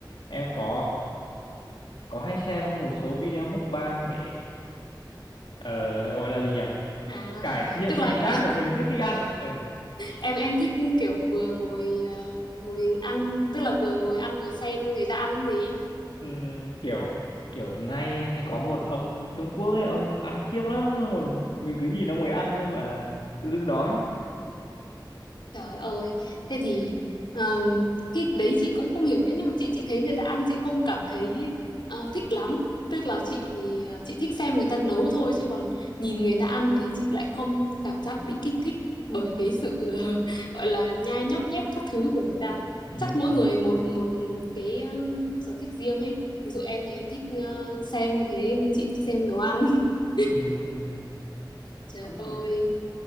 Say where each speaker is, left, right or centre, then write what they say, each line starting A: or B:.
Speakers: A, on the left; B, on the left.
A: em có có hay xem một số video mukbang để ờ, gọi là gì nhỉ
B: à
A: cải thiện
B: tức là
A: vị
B: em
A: giác của mình trước khi ăn ừ.
B: em, em thích kiểu vừa ngồi ờ, ngồi ăn tức là vừa ngồi ăn vừa xem người ta ăn gì
A: Ừm, kiểu kiểu nay hay có một ông Trung Quốc ấy ông ăn khiếp lắm xong rồi mình cứ nhìn ông ấy ăn thôi mà tự dưng đói
B: Trời ơi, thế thì ờ, cái đấy chị cũng không hiểu nhá, nhưng mà chị chị thấy người ta ăn chị không cảm thấy ờ, thích lắm. Tức là chị ờ, chị thích xem người ta nấu thôi chứ còn nhìn người ta ăn thì chị lại không cảm giác bị kích thích bởi cái sự <laughs> ờ, gọi là nhai nhóc nhép các thứ của người ta.
A: <laughs> Ừm,
B: Chắc mỗi người một một cái ờ, sở thích riêng ấy. Ví dụ em thì em thích ờ, xem như thế nhưng chị thích xem nấu ăn. <laughs>
A: ừm,
B: Trời
A: cũng
B: ơi.
A: đúng